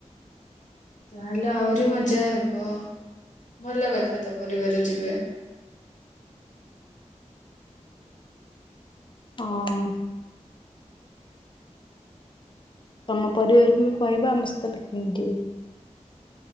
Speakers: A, on the left; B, on the left.
A: ତାହେଲେ ଆହୁରି ମଜା ହେବ ଭଲ କଥା ତ ପରିବାର ଯିବେ।
B: ହଁ। ତମ ପରିବାରକୁ ବି କହିବ ଆମ ସହିତ ପିକ୍ନି ନିକ୍ ଯିବେ।